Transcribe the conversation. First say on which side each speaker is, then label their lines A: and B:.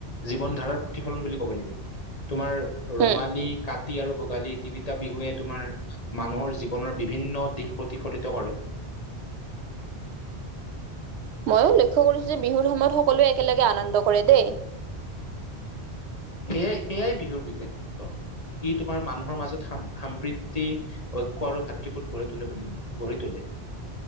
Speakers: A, on the left (about 35°); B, on the right (about 85°).
A: জীৱন ধাৰাৰ প্ৰতিফলন বুলি কব লাগিব। তোমাৰ
B: হুম।
A: ৰঙালী কা তি আৰু ভোগালী তিনিটা বিহুৱে তোমাৰ মানুহৰ জীৱনৰ বিভিন্ন দিশ প্ৰতিফলিত কৰে
B: ময়ো লক্ষ্য কৰিছো যে বিহুৰ সময়ত সকলোৱে একেলগে আনন্দ কৰে দেই
A: সেয়াই সেয়াই বিহুৰ বিষেক ই তোমাৰ মানুহৰ মানুহৰ মাজত সাম্ৰীতি ঐক্য় আৰু ভাতৃবূট গঢ়ি তোলে বুলি গঢ়ি তোলে